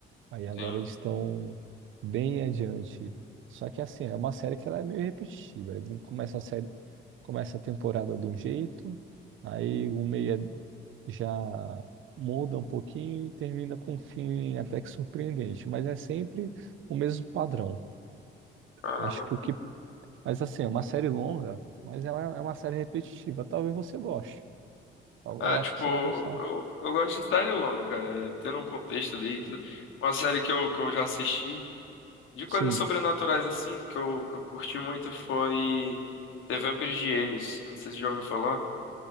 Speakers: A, on the right; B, on the left.
A: Aí agora
B: sim.
A: eles estão bem adiante. Só que assim, é uma série que ela é meio repetitiva. Ele Começa a série, começa a temporada de um jeito, aí o meia já muda um pouquinho e termina com um fim até que surpreendente. Mas é sempre o mesmo padrão.
B: Caramba,
A: Acho que o que. Mas assim, é uma série longa, mas ela é uma série repetitiva. Talvez você goste. Tal-
B: Ah,
A: Eu
B: tipo,
A: acho que você
B: eu,
A: vai gostar.
B: eu gosto de cidade longa, cara. é, Tendo um contexto ali, e tudo. uma série que eu, que eu já assisti, de coisas
A: Sim.
B: sobrenaturais assim, que eu, que eu curti muito foi The Vampire Diaries. Não sei se você já ouviu falar.